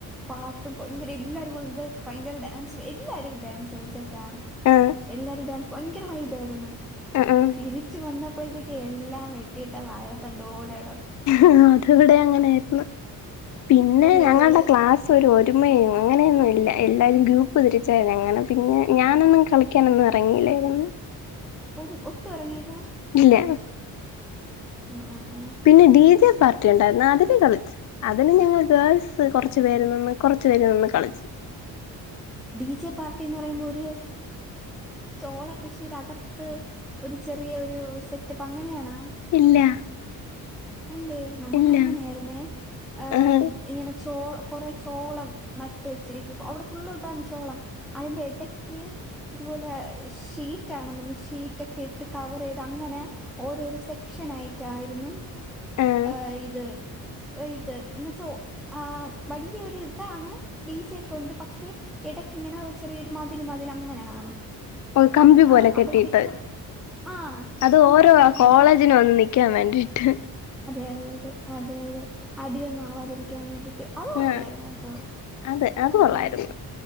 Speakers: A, in the centre; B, on the left.
A: പാട്ടും ഭയങ്കര എല്ലാവരും വന്ന്ണ്ട് ഭയങ്കര ഡാൻസ് എല്ലാരും ഡാൻസ് കളിച്ചേട്ടാ
B: ആഹ്
A: എല്ലാരും ഡാൻസ് ഭയങ്കര വൈബായിര്ന്ന്
B: ആഹ്
A: തിരിച്ചു വന്ന പ്പോഴത്തേക്ക് എല്ലാം വെട്ടിയിട്ട വാഴ തണ്ട്പോലെ
B: ആ ത് ഇവിടെ അങ്ങനേയ്ര്ന്ന് പിന്നെ
A: അതല്ലേ
B: ഞങ്ങൾടെ ക്ലാസ് ഒരു ഒ രുമയ അങ്ങനെയൊന്നും ഇല്ല എല്ലാരും ഗ്രൂപ്പ് തിരിച്ചായിങ്ങനെ പിന്നെ ഞാനൊന്നും കളിക്കാനൊന്നും എറങ്ങിയില്ലായിരുന്നു
A: ഒ ഒട്ടും എറങ്ങീലാ
B: ഇല്ല
A: അ അ ആ
B: പിന്നെ ഡിജെ പാർട്ടി ഒണ്ടായിര്ന്നു അതിന് കളിച്ചു അതിന് ഞങ്ങള് ഗേൾസ് കൊറച്ചു പേര് നിന്ന് കൊറച്ച് പേര് നിന്ന് കളിച്ച്
A: ഡിജെ പാർട്ടിന്ന് പറയുമ്പോ ഒര് ചോള കൃഷിടെകത്ത് ഒരു ചെറിയ ഒരു സെറ്റപ്പ് അങ്ങനെയണാ
B: ഇല്ല
A: അല്ലേ നമുക്ക്
B: ഇല്ല
A: അങ്ങനെയായിരുന്നെ ആ
B: ആഹ്
A: ഇങ്ങനെ ചോ കൊറേ ചോളം നട്ട് വെച്ചിരിക്കും അവിടെ ഫുള്ള് താണ് ചോളം അയ്ന്റെ എടക്ക് ഇതുപോലെ ഷീറ്റാണെന്നോന്നുന്നു ഷീറ്റെക്കെ ഇട്ട് കവറെയ്ത് അങ്ങനെ ഓരോരോ സെക്ഷൻ ആയിട്ടായിര്ന്ന്
B: ആഹ്
A: ആ ഇത് ഇത് എന്ന് വെച്ചാ ആ വലിയൊരുതാണ് ഡിജെ ഒക്കെണ്ട് പക്ഷെ ഇടക്കിങ്ങനെ ഒര് ചെറിയൊരു മതിൽ മതിൽ അങ്ങനെ കാണും
B: ഒരു കമ്പി
A: ആ,
B: പോലെ
A: അപ്പോഴത്തേക്ക്
B: കെട്ടിട്ട്
A: ആ
B: അത്
A: കമ്പികൾ
B: ഓരോ
A: കെട്ടിരിക്കും
B: കോളേജിനും
A: അപ്പം
B: വന്ന് നിക്കാൻ വേണ്ടീട്ട്
A: അതെയതെ അതെ അതെ അടിയൊന്നും ആവാതിരിക്കാൻ വേണ്ടി അത് കൊള്ളായിര്ന്നു
B: ആഹ്
A: കേട്ടോ
B: അതെ അത്
A: ആ
B: കൊള്ളായിരുന്നു
A: ആ